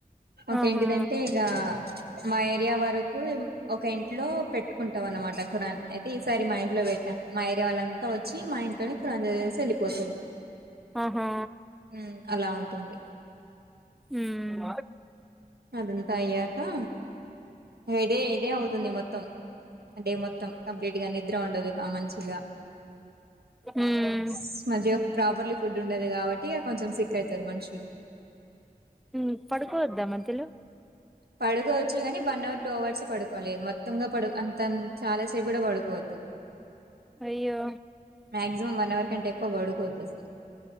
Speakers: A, on the right; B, in the centre.
A: మాకేంటిదంటే
B: ఆహా
A: ఇగ మా ఏరియా వరు కు ఒక ఇంట్లో పెట్టుకుంటాం అనమాట కురాన్ అయితే ఈసారి మా ఇంట్లో పెట్టాం మా ఏర్యా వాళ్ళంతా వచ్చి మా ఇంట్లోని కఖురాన్ చదివేసి వెళ్లిపోతారు
B: ఆహా
A: హ్మ్ అలా ఉంటుంది
B: ఉమ్
A: అదంత అయ్యాకా ఇదే ఇదే అవుతుంది మొత్తం డే మొత్తం కంప్లీట్ గా ని నిద్ర ఉండదు కా మంచిగా
B: ఉమ్
A: స్ మంచిగా ప్రాపర్లీ ఫుడ్ ఫుడ్ ఉండదు కాబట్టి ఇక కొంచెం సిక్ అయితారు మనుషులు
B: హ్మ్ పడుకోవద్ద మధ్యలో
A: పడుకోవచ్చు కాని వన్ అవర్ టూ అవర్స్ పడుకోచ్చు కొలి మొత్తంగా పడు అంత చాలాసేపు కూడా పడుకోవద్దు
B: అయ్యో
A: మాక్సిమం వన్ అవర్ కంటే ఎక్కువ పడుకోవద్దు అసలు